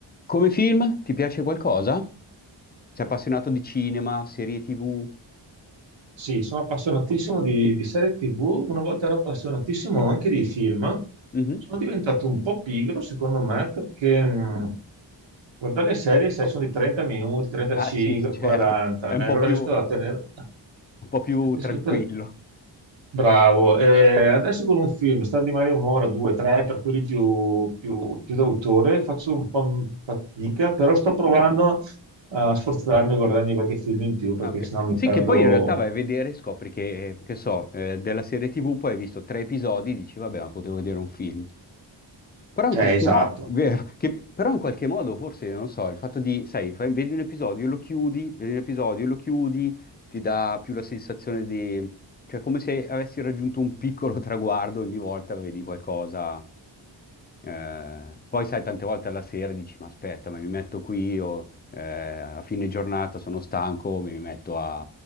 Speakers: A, on the left (about 20°); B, on the right (about 70°).
A: Come film, ti piace qualcosa? Sei appassionato di cinema, serie TV?
B: Sì, sono appassionatissimo di, di serie TV, una volta ero appassionatissimo anche di film.
A: Mhm.
B: Sono diventato un po' pigro, secondo me, perché mh, guardare le serie sai, sono di 30 minuti, 35,
A: Ah sì, certo,
B: 40,
A: è un
B: e
A: po'
B: allora
A: più,
B: riesco
A: un
B: a tenere...
A: po' più
B: riesco
A: tranquillo.
B: a tenere- Bravo. E adesso con un film, star di magari un'ora, due, tre, per quelli più, più, più d'autore, faccio un po' fatica, però sto provando a sforzarmi a guardarmi qualche film in più, perché
A: Ah, ok.
B: sennò mi
A: Sì,
B: perdo
A: che poi in realtà vai a vedere e scopri che, che so, eh, della serie TV poi hai visto tre episodi e dici, vabbè, ma potevo vedere un film. Però
B: Cioè,
A: in qualche
B: esatto.
A: modo, vero, che, però in qualche modo forse, non so, il fatto di, sai, fai- vedi un episodio, lo chiudi, vedi un episodio, lo chiudi, ti dà più la sensazione di... cioè come se avessi raggiunto un piccolo <laughs> traguardo ogni volta vedi qualcosa. Eh, poi sai, tante volte alla sera dici, ma aspetta, ma mi metto qui, o, eh, a fine giornata sono stanco, mi metto a,